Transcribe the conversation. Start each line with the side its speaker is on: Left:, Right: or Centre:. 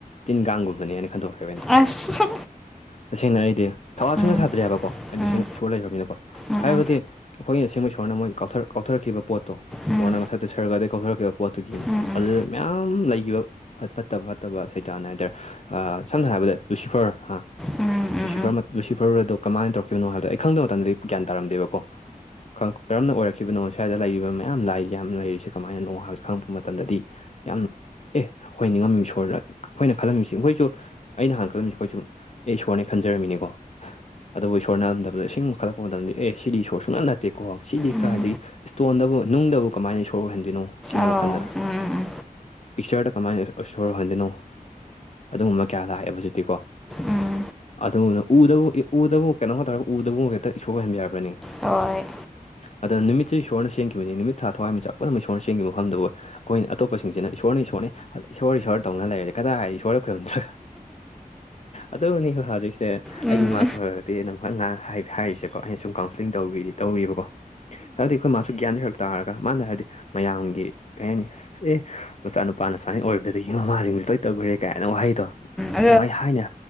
Left: ꯇꯤꯟ ꯀꯥꯡꯒꯨꯝꯕꯅꯦꯅ ꯈꯟꯗꯣꯛꯈ꯭ꯔꯦꯕꯩꯅ
Centre: ꯑꯁ
Left: ꯇꯁꯦꯡꯅ ꯑꯩꯗꯤ ꯊꯋꯥ
Centre: ꯎꯝ
Left: ꯁꯨꯡꯅ ꯁꯥꯗ꯭ꯔꯦ ꯍꯥꯏꯕꯀꯣ ꯑꯩ
Centre: ꯎꯝ
Left: ꯇꯁꯦꯡꯅ ꯏꯁꯣꯔ ꯂꯩꯈ꯭ꯔꯅꯤꯅꯀꯣ
Centre: ꯎꯝ
Left: ꯍꯥꯏꯕꯗꯤ ꯑꯩꯈꯣꯏꯒꯤ ꯑꯁꯕꯣꯏ ꯁꯣꯔꯅ ꯃꯣꯏ ꯀꯛ ꯀꯥꯎꯊꯔꯛꯈꯤꯕ ꯄꯣꯠꯇꯣ
Centre: ꯎꯝ
Left: ꯁꯣꯔꯅ ꯃꯊꯛꯇ ꯁꯔꯒꯗꯒꯤ ꯀꯥꯎꯊꯔꯛꯈꯤꯕ ꯄꯣꯠꯇꯨꯒꯤ
Centre: ꯎꯝ ꯎꯝ
Left: ꯑꯗꯨ ꯃꯌꯥꯝ ꯂꯩꯈꯤꯕ ꯐꯠꯇꯕ ꯐꯠꯇꯕ ꯁꯩꯗꯥꯅ ꯍꯥꯏꯇꯥꯔꯦ ꯑ ꯁꯝꯅ ꯍꯥꯏꯔꯕꯗ ꯂꯨꯁꯤꯐꯔ ꯍꯥ
Centre: ꯎꯝ ꯎꯝ ꯎꯝ
Left: ꯂꯨꯁꯤꯐꯔ ꯂꯨꯁꯤꯐꯔ ꯑꯗꯣ ꯀꯃꯥꯏꯅ ꯇꯧꯔꯛ ꯀꯅꯣ ꯍꯥꯏꯕꯗꯣ ꯑꯩ ꯈꯪꯗꯕ ꯃꯇꯝꯗꯗꯤ ꯒꯌꯥꯟ ꯇꯥꯝꯗꯦꯕꯀꯣ ꯀꯔꯝꯅ ꯑꯣꯏꯔꯛꯈꯤꯕꯅꯣ ꯁ꯭ꯋꯥꯏꯗ ꯂꯩꯔꯤꯕ ꯃꯌꯥꯝ ꯂꯥꯏ ꯌꯥꯝꯅ ꯂꯩꯔꯤꯁꯦ ꯀꯃꯥꯏꯅꯣ ꯍꯥꯏꯕꯁꯦ ꯈꯪꯉꯛꯄ ꯃꯇꯝꯗꯗꯤ ꯌꯥꯝꯅ ꯑꯦ ꯑꯣꯏꯣꯏ ꯅꯤꯡꯉꯝꯃꯤꯕ ꯏꯁꯣꯔꯗ ꯑꯩꯈꯣꯏꯅ ꯈꯜꯂꯝꯃꯤꯁꯤ ꯑꯩꯈꯣꯏꯁꯨ ꯑꯩꯅ ꯍꯥꯟꯅ ꯀꯜꯂꯝꯁꯦ ꯑꯩꯈꯣꯏꯁꯨꯨꯝ ꯑꯩ ꯏꯁꯣꯔꯅꯦ ꯈꯟꯖꯔꯝꯃꯤꯅꯤꯀꯣ ꯑꯗꯨꯕꯨ ꯏꯁꯣꯔꯅꯔꯝꯗꯕꯗ ꯏ ꯈꯜꯂꯛꯄ ꯃꯇꯝꯗꯤ ꯑꯦ ꯁꯤꯗꯤ ꯏꯁꯣꯔ ꯁꯨꯡꯛ ꯅꯠꯇꯦꯀꯣ ꯁꯤꯗꯤ
Centre: ꯎꯝ
Left: ꯀꯥꯏꯗꯒꯤ ꯏꯁꯇꯣꯟꯗꯕꯨ ꯅꯨꯡꯗꯕꯨ ꯀꯃꯥꯏꯅ ꯁꯣꯔ ꯑꯣꯏꯍꯟꯗꯣꯏꯅꯣ ꯁꯤꯅꯤ
Centre: ꯑꯣ
Left: ꯋꯥꯈꯟꯗꯅ
Centre: ꯎꯝ ꯎꯝ ꯎꯝ ꯑꯣ ꯎꯝ ꯎꯝ
Left: ꯄꯤꯛꯆꯔꯗ ꯀꯃꯥꯏꯅ ꯁꯣꯔꯍꯟꯗꯣꯏꯅꯣ ꯑꯗꯨꯒꯨꯝꯕ ꯀꯌꯥ ꯂꯥꯛꯑꯦꯕ ꯍꯧꯖꯤꯛꯇꯤꯀꯣ
Centre: ꯎꯝ
Left: ꯑꯗꯨꯒꯅ ꯎꯗꯕꯨ ꯎꯗꯕꯨ ꯀꯩꯅꯣ ꯇꯧꯇꯥꯔꯒ ꯎꯕꯕꯨ ꯍꯦꯛꯇ ꯏꯁꯣꯔ ꯑꯣꯏꯍꯟꯕꯤ ꯌꯥꯕ꯭ꯔꯅꯤꯅ
Centre: ꯍꯣꯏ
Left: ꯑꯗ ꯅꯨꯃꯤꯠꯁꯤ ꯏꯁꯣꯔꯅ ꯁꯦꯡꯈꯤꯕꯅꯤ ꯅꯨꯃꯤꯠ ꯊꯥ ꯊꯋꯥꯏ ꯃꯆꯥ ꯄꯨꯝꯅꯃꯛ ꯏꯁꯣꯔꯅ ꯁꯦꯡꯈꯤꯕ ꯃꯐꯝꯗꯕꯨ ꯑꯩꯈꯣꯏꯅ ꯑꯇꯣꯞꯄꯁꯤꯡꯁꯤꯅ ꯏꯁꯣꯔꯅ ꯏꯁꯣꯔꯅꯦ ꯏꯁꯣꯔ ꯏꯁꯣꯔ ꯇꯧꯅ ꯂꯩꯔꯦ ꯀꯗꯥꯏ ꯍꯥꯏꯗꯤ ꯏꯁꯣꯔ ꯈꯣꯏꯔꯨꯝꯗ꯭ꯔꯦ ꯑꯗꯨꯅꯤ ꯍꯧꯖꯤꯛꯁꯦ ꯑꯩꯒꯤ
Centre: ꯎꯝ
Left: ꯏꯃꯥꯁꯨ ꯍꯔꯦ ꯁꯤ <unintelligible> ꯍꯥꯏꯔꯤꯁꯦꯀꯣ ꯑꯩꯅ ꯁꯨꯝ ꯀꯥꯎꯟꯁꯂꯤꯡ ꯇꯧꯗꯤꯇꯧꯔꯤꯕꯀꯣ ꯍꯥꯏꯕꯗꯤ ꯑꯩꯈꯣꯏ ꯃꯥꯁꯨ ꯒ꯭ꯌꯥꯟ ꯊꯔꯛ ꯇꯥꯔꯒ ꯃꯥꯅ ꯍꯥꯏꯕꯗꯤ ꯃꯌꯥꯝꯒꯤ ꯀꯩ ꯍꯥꯏꯅꯤ ꯑꯁ ꯑꯦ ꯃꯆꯥꯅꯨꯄꯥꯅ ꯁꯨꯃꯥꯏꯅ ꯑꯣꯏꯕꯗꯒꯤ ꯃꯃꯥꯁꯤꯡꯁꯨ ꯂꯣꯏ ꯇꯧꯈꯨꯔꯦ ꯀꯥꯏꯅ ꯋꯥꯍꯩꯗꯣ
Centre: ꯎ
Left: ꯑꯗꯨꯝ ꯑꯩ ꯍꯥꯏꯅ